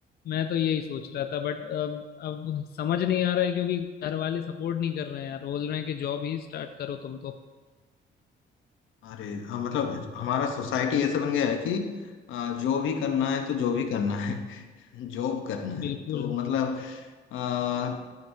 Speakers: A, on the left; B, on the left.
A: मैं तो यही सोच रहा था बट अब अब समझ नहीं आ रहा है क्योंकि घर वाले सपोर्ट नहीं कर रहे हैं यार बोल रहे हैं कि जॉब ही स्टार्ट करो तुम तो
B: अरे हाँ, मतलब हमारा सोसाइटी ऐसा बन गया है कि आ, जो भी करना है तो जो भी करना है <laughs> जॉब करना है
A: बिल्कुल
B: तो मतलब आ,